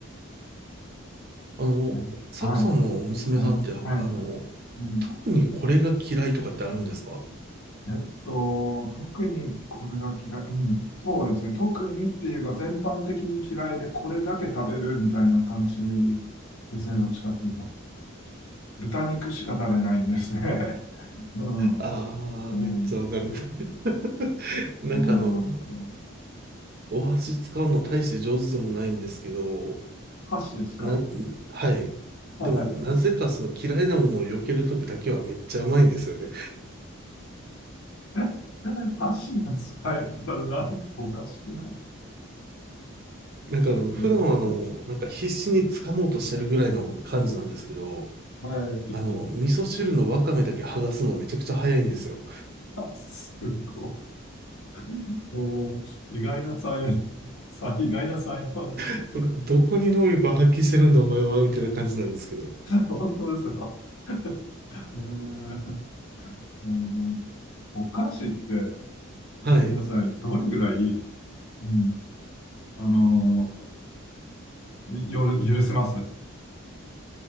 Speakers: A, on the right (about 45°); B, on the left (about 85°).
A: あの、
B: ねはい、
A: サクさんの娘さんって、
B: はい、
A: あの、
B: はい。うん。
A: 特にこれが嫌いとかってあるんですか
B: えっと、特にこれが嫌い。うん。そうですね。特にっていうか、全般的に嫌いで、これだけ食べるみたいな感じですね。どっちかっていうと。豚肉しか食べないんですね。<laughs> うん。
A: ああー、
B: うん。
A: めっちゃわかる。<laughs> なんかあの、
B: そうなんですよ。
A: お箸使うの大して上手でもないんですけど、
B: 歌詞ですか
A: な、はい。
B: はい。
A: でも、なぜかその嫌いなものを避けるときだけはめっちゃうまいんですよね。
B: <laughs> 歌詞の使い方なんかおかしくない
A: なんかあの、
B: ね
A: 普段はあの、なんか必死に掴もうとしてるぐらいの感じなんですけど、
B: はい。
A: あの、味噌汁のわかめだけ剥がすのめちゃくちゃ早いんですよ。
B: すごい。でも意外な才能、さ、意外な才能ですね、
A: <laughs>
B: それ。
A: どこに能力を発揮してるんだお前は、みたいな感じなんですけど。
B: 本当ですよ。えー、あの、お菓子って、ごめんなさい、
A: はい。
B: どれぐらい、うん、あの、よる、許せますう